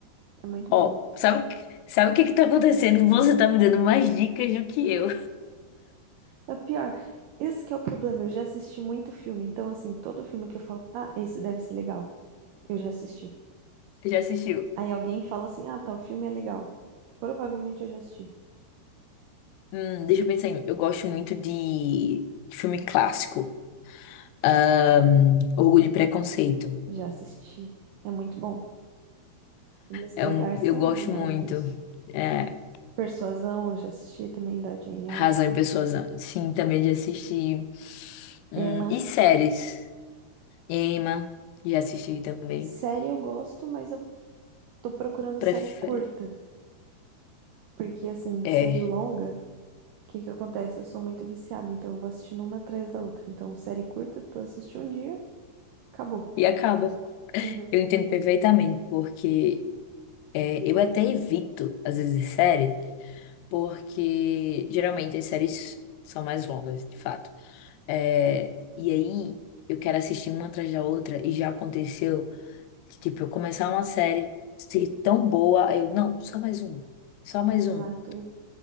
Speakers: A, on the right; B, on the left.
A: É muito
B: Ó,
A: bom.
B: sabe, o que- sabe o que que tá acontecendo? Você tá me dando mais dicas do que eu.
A: É pior, esse que é o problema. Eu já assisti muito filme, então assim, todo filme que eu falo, ah, esse deve ser legal. Eu já assisti.
B: <laughs> Já assistiu?
A: Aí alguém fala assim, ah, tal filme é legal. Provavelmente eu já assisti.
B: Hum, deixa eu pensar em. um. Eu gosto muito de filme clássico. Ahn, Orgulho e Preconceito.
A: Já assisti. É muito bom. O Mr.
B: É um,
A: Darcy
B: eu
A: é
B: gosto
A: maravilhoso.
B: muito. É,
A: Persuasão, eu já assisti também da Jane Austen.
B: Razão e Pessoas, sim, também de assistir. Hum,
A: Emma.
B: e séries. Emma, já assisti também.
A: Série eu gosto, mas eu tô procurando
B: Prefere,
A: série curta. Porque, assim,
B: é,
A: série longa, o que que acontece? Eu sou muito viciada, então eu vou assistindo uma atrás da outra. Então, série curta, tu assiste um dia, acabou.
B: e acaba.
A: Uhum.
B: Eu entendo perfeitamente, porque é, eu até evito, às vezes, série, porque geralmente as séries são mais longas, de fato. É, e aí, eu quero assistir uma atrás da outra, e já aconteceu. Que, tipo, eu começar uma série ser tão boa, aí eu, não, só mais um, só mais
A: Exato,
B: um.
A: e-